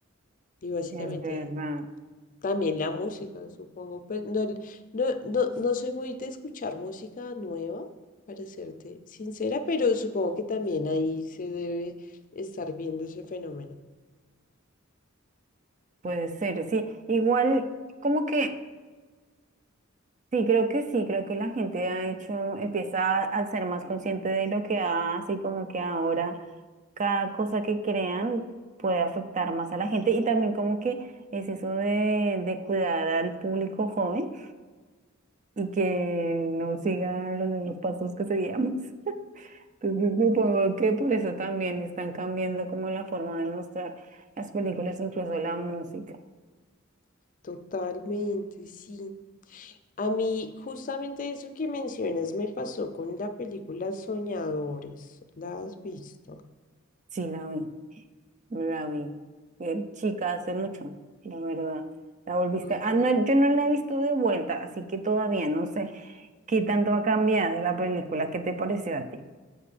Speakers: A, on the left (about 40°); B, on the right (about 35°).
A: y básicamente
B: Es verdad,
A: también la música, supongo. Pues no, no, no, no soy muy de escuchar música nueva, para serte sincera, pero supongo que también ahí se debe estar viendo ese fenómeno.
B: puede ser, sí. Igual, como que, sí, creo que sí, creo que la gente ha hecho, empieza a, a ser más consciente de lo que hace y como que ahora cada cosa que crean puede afectar más a la gente y también como que es eso de, de cuidar al público joven y que no siga los mismos pasos que seguíamos. Entonces supongo que por eso también están cambiando como la forma de mostrar las películas, incluso la música.
A: Totalmente, sí. A mí justamente eso que mencionas me pasó con la película Soñadores. ¿La has visto?
B: Sí, la vi, la vi. Eh, chica, hace mucho, la verdad. La volviste.
A: Ajá.
B: Ah, no, yo no la he visto de vuelta, así que todavía no sé qué tanto ha cambiado la película. ¿Qué te pareció a ti?